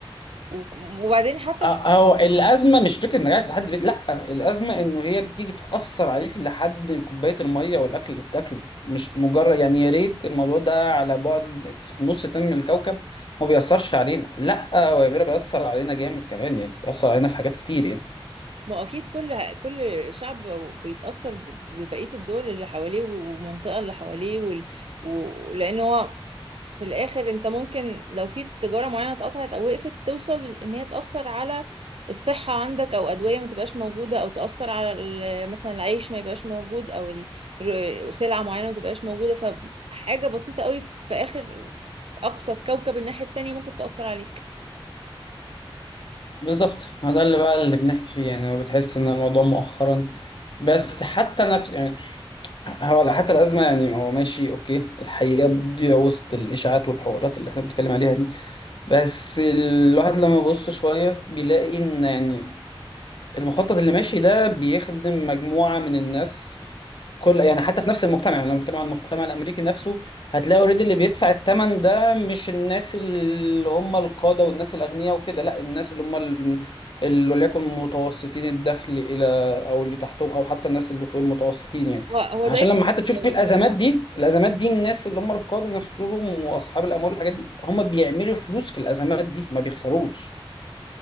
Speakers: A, on the right; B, on the left.
A: و- وبعدين حتى
B: اهو الازمه مش فكره ان قاعد في حد بيت لا الازمه انه هي بتيجي تاثر عليك لحد كوبايه الميه والاكل اللي بتاكله مش مجرد يعني يا ريت الموضوع ده على بعد في نص تاني من الكوكب ما بيأثرش علينا لا هو يا بيرا بيأثر علينا جامد كمان يعني بيأثر علينا في حاجات كتير يعني
A: ما اكيد كل كل شعب بيتاثر ب- ببقيه الدول اللي حواليه والمنطقه اللي حواليه وال... و... لان هو في الاخر انت ممكن لو في تجاره معينه اتقطعت او وقفت توصل ان هي تاثر على الصحه عندك او ادويه ما تبقاش موجوده او تاثر على ال- مثلا العيش ما يبقاش موجود او ال... ال- سلعه معينه ما تبقاش موجوده فحاجه بسيطه قوي في اخر اقصى الكوكب الناحيه التانية ممكن تاثر عليك
B: بالظبط ما ده اللي بقى اللي بنحكي فيه يعني وبتحس ان الموضوع مؤخرا بس حتى نفس يعني هو حتى الازمه يعني هو ماشي اوكي الحقيقه بتضيع وسط الاشاعات والحوارات اللي احنا بنتكلم عليها دي بس الواحد لما يبص شوية بيلاقي إن يعني المخطط اللي ماشي ده بيخدم مجموعة من الناس كل يعني حتى في نفس المجتمع يعني لما بنتكلم عن المجتمع الامريكي نفسه هتلاقي اوريدي اللي بيدفع الثمن ده مش الناس اللي هم القاده والناس الاغنياء وكده لا الناس اللي هم ال- اللي وليكن متوسطين الدخل الى او اللي تحتهم او حتى الناس اللي فوق المتوسطين يعني
A: هو هو
B: عشان
A: دايما
B: لما حتى تشوف
A: لو-
B: الازمات دي الازمات دي الناس اللي هم القاده نفسهم واصحاب الاموال والحاجات دي هم بيعملوا فلوس في الازمات دي ما بيخسروش